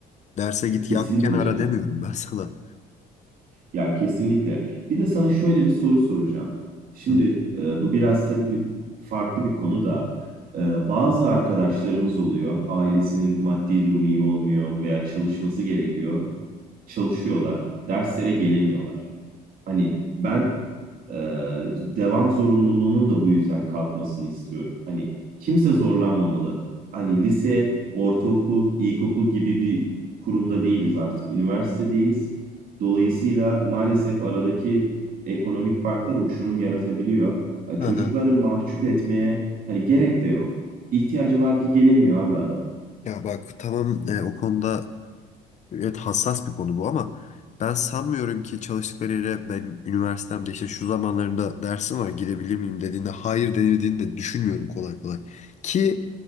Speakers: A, on the left; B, on the right.
A: Derse git
B: kesinlikle
A: yat kenara
B: canım.
A: demiyorum ben sana.
B: Ya kesinlikle. Bir de sana şöyle bir soru soracağım. Şimdi
A: Hı.
B: e, bu biraz tabii bir, farklı bir konu da e, bazı arkadaşlarımız oluyor. Ailesinin maddi durumu iyi olmuyor veya çalışması gerekiyor. Çalışıyorlar, derslere gelemiyorlar. Hani ben e, devam zorunluluğunun da bu yüzden kalkmasını istiyorum. Hani kimse zorlanmamalı. Hani lise, ortaokul, ilkokul gibi bir kurumda değiliz artık. Üniversitedeyiz. Dolayısıyla maalesef aradaki ekonomik farklar uçurum yaratabiliyor. Ha,
A: Aha.
B: Çocukları Hmm. mahcup etmeye hani gerek de yok. İhtiyacı var ki gelemiyor abi adam.
A: Ya bak tamam e, o konuda evet hassas bir konu bu ama ben sanmıyorum ki çalıştıkları yere benim üniversitemde işte şu zamanlarında dersim var gidebilir miyim dediğinde hayır denildiğini de düşünmüyorum kolay kolay. Ki